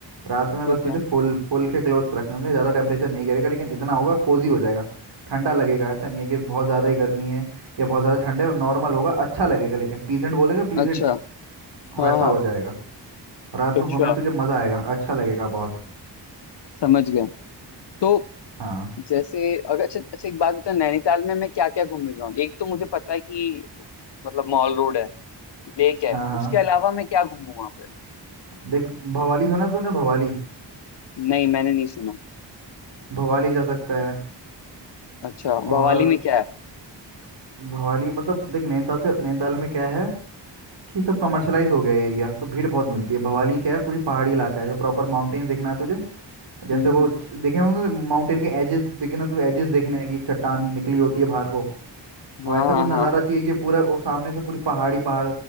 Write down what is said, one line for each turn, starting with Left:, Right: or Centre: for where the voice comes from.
Right: रात में
Left: ठीक
Right: बस तुझे
Left: है
Right: फुल फुल के क्लोथ्स रखने होंगे ज़्यादा टेम्परेचर नहीं गिरेगा लेकिन इतना होगा कोजी हो जाएगा ठंडा लगेगा ऐसा नहीं है कि बहुत ज़्यादा ही गर्मी है या बहुत ज़्यादा ठंड है नॉर्मल होगा अच्छा लगेगा लेकिन प्लीजेंट बोलेंगे प्लीजेंट
Left: अच्छा हाँ
Right: वैसा
Left: हाँ
Right: हो जाएगा रात
Left: अच्छा
Right: में घूमने तुझे मज़ा आएगा अच्छा लगेगा बहुत
Left: समझ गया तो
Right: हाँ
Left: जैसे अगर अच्छा अच्छा एक बात बता नैनीताल में मैं क्या क्या घूमने जाऊँ एक तो मुझे पता है कि मतलब मॉल रोड है लेक है
Right: हाँ हाँ
Left: उसके अलावा मैं क्या घूमूं वहां पे
Right: देख भवाली सुना है तूने भवाली
Left: नहीं मैंने नहीं सुना
Right: भवाली जा सकता है
Left: अच्छा
Right: और
Left: भवाली में क्या है
Right: भवाली मतलब देख नैनीताल से नैनीताल में क्या है कि सब कमर्शलाइज हो गया एरिया तो भीड़ बहुत मिलती है भवाली क्या है पूरी पहाड़ी इलाका है जो प्रॉपर माउंटेन्स देखना है तुझे जैसे
Left: हम्म
Right: वो च- देखे होंगे माउंटेन के एजेस देखे ना तुझे एजेस देखने हैं कि चट्टान निकली होती है बाहर को और
Left: हाँ
Right: ऐसा
Left: हाँ
Right: कुछ नज़ारा
Left: हाँ हाँ
Right: चाहिए कि पूरा वो सामने से पूरी पहाड़ी पहाड़